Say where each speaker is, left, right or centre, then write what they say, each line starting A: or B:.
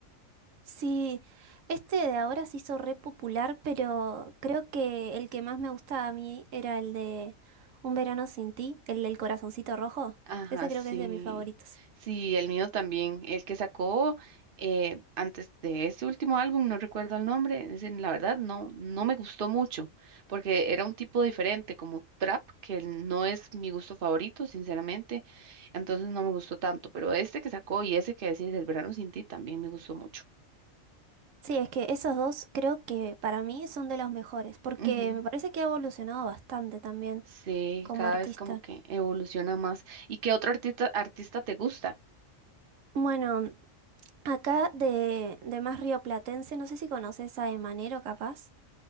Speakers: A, on the right; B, on the right.
A: Sí, este de ahora se hizo re popular, pero creo que el que más me gustaba a mí era el de Un verano sin ti, el del corazoncito rojo.
B: Ajá,
A: Ese
B: sí.
A: creo que es de mis favoritos.
B: Sí, el mío también. El que sacó eh, antes de ese último álbum, no recuerdo el nombre, es la verdad no, no me gustó mucho, porque era un tipo diferente, como trap, que no es mi gusto favorito, sinceramente, entonces no me gustó tanto, pero este que sacó y ese que decís, El verano sin ti, también me gustó mucho.
A: Sí, es que esos dos creo que para mí son de los mejores, porque
B: Ujú.
A: me parece que ha evolucionado bastante también
B: Sí,
A: como
B: cada
A: artista.
B: vez como que evoluciona más. ¿Y qué otro artista, artista te gusta?
A: Bueno, acá de, de más rioplatense, no sé si conoces a Emanero capaz.